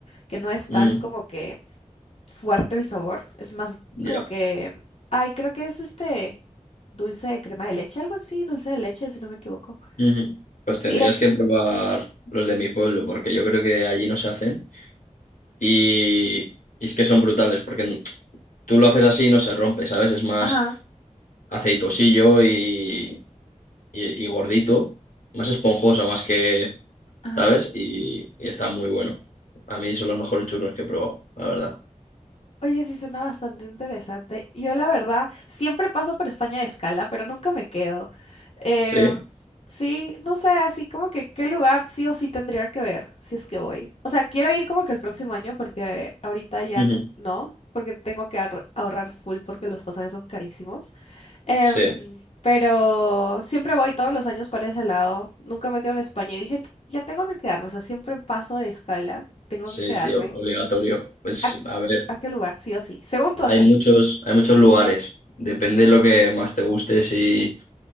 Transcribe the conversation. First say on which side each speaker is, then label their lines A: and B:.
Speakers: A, on the left; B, on the left.
A: que no es
B: ujú,
A: tan como que fuerte el sabor, es más
B: ya.
A: como que, ay, creo que es este dulce de crema de leche, algo así, dulce de leche, si no me equivoco.
B: ujú. Pues tendrías
A: Y es,
B: que probar los de mi pueblo, porque yo creo que allí no se hacen. Y, y es que son brutales, porque tú lo haces así y no se rompe, ¿sabes? Es más
A: ajá.
B: aceitosillo y, y- y gordito, más esponjoso, más que,
A: Ajá.
B: ¿sabes? Y, y está muy bueno. A mí son los mejores churros que he probado, la verdad.
A: Oye, sí suena bastante interesante. Yo la verdad siempre paso por España de escala, pero nunca me quedo. Eh,
B: ¿Sí?
A: sí, no sé, así como que qué lugar sí o sí tendría que ver si es que voy. O sea, quiero ir como que el próximo año porque ahorita ya
B: Ujú.
A: n- no, porque tengo que ahor- ahorrar full porque los pasajes son carísimos. Em,
B: Sí,
A: pero siempre voy todos los años para ese lado. Nunca me quedo en España y dije, ya tengo que quedarme. O sea, siempre paso de escala, tengo
B: sí,
A: que quedarme.
B: sí, ob- obligatorio. Pues
A: ¿A,
B: a ver,
A: a qué lugar? Sí o sí. Según tú, así.
B: hay muchos, hay muchos lugares. Depende de lo que más te guste, si